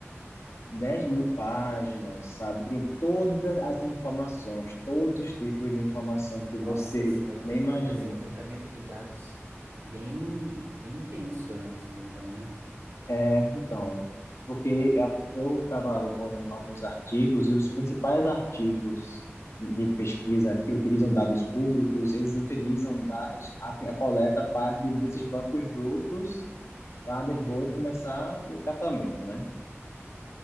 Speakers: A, on the left (about 70°); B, on the right (about 75°).
A: 10 mil páginas, sabe? Que tem todas as informações, todos os tipos de informação que
B: Nossa,
A: você
B: você vai ter
A: nem
B: que
A: imagina.
B: fazer um tratamento de dados bem, bem intenso antes, então, né?
A: É, então, porque eu estava olhando alguns artigos e os principais artigos de pesquisa que utilizam dados públicos, eles utilizam da, eles, a, a coleta parte desses bancos brutos para depois
B: Uhum.
A: começar o tratamento, né?